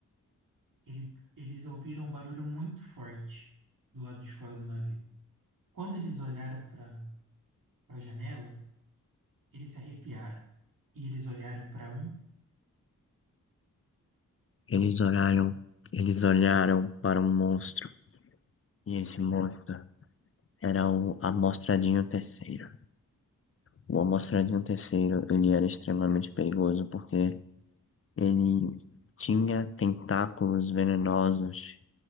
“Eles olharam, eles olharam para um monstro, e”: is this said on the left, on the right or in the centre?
Left